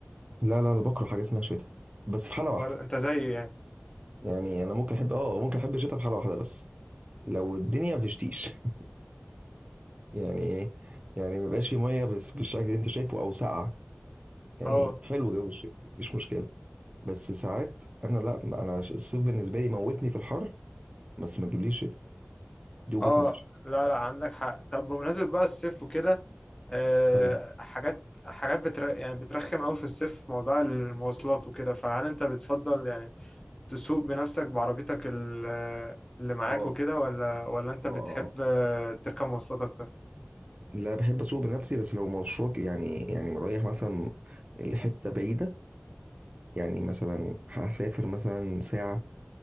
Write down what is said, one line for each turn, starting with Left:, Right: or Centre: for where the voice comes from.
Right: لا لا أنا بكره حاجة اسمها شتاء بس في حالة واحدة
Left: برضه انت زيي يعني
Right: يعني أنا ممكن أحب آه ممكن أحب الشتاء في حالة واحدة بس لو الدنيا ما بتشتيش <laughs> يعني إيه؟ يعني ما يبقاش في مية بس بالشكل اللي أنت شايفه أو ساقعة يعني
Left: اه
Right: حلو جو الشتاء مفيش مشكلة بس ساعات انا لا انا ش- الصيف بالنسبه لي موتني في الحر بس ما تجيبليش شتاء دي وجهه
Left: اه
Right: نظري
Left: لا لا عندك حق طب بمناسبة بقى الصيف وكده آه
Right: حلو
Left: حاجات حاجات بتر... يعني بترخم قوي في الصيف موضوع المواصلات وكده فهل انت بتفضل يعني تسوق بنفسك بعربيتك ال- اللي معاك
Right: اه
Left: وكده ولا ولا انت
Right: اه
Left: بتحب
Right: اه
Left: تركب مواصلات اكتر
Right: لا بحب اسوق بنفسي بس لو مشروع ك- يعني يعني رايح مثلا لحته بعيده يعني مثلا هسافر مثلا ساعه